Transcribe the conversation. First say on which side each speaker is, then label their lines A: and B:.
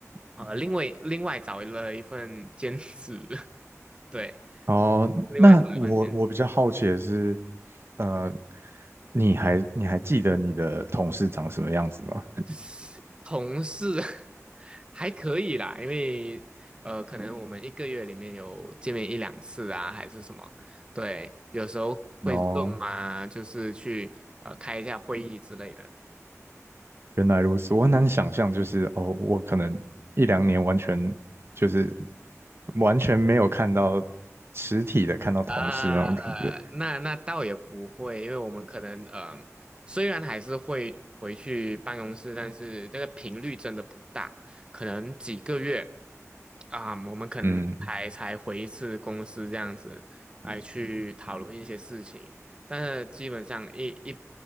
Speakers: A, on the right; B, on the right.
A: 呃，另外另外找了一份兼职，<laughs> 对，
B: 哦，
A: 另外找了一份兼
B: 那我我比较好奇的是，呃，你还你还记得你的同事长什么样子吗？
A: 职，同事 <laughs> 还可以啦，因为呃，可能我们一个月里面有见面一两次啊，还是什么，对，有时候会
B: <laughs> 哦，
A: z 嘛，就是去呃开一下会议之类的。
B: 原来如此，我很难想象，就是哦，我可能一两年完全就是完全没有看到实体的，看到同事那种感觉。
A: 啊，那那倒也不会，因为我们可能呃，虽然还是会回去办公室，但是那个频率真的不大，可能几个月啊，我们可能才才回一次公司这样子来去讨论一些事情，
B: 嗯，
A: 但是基本上一一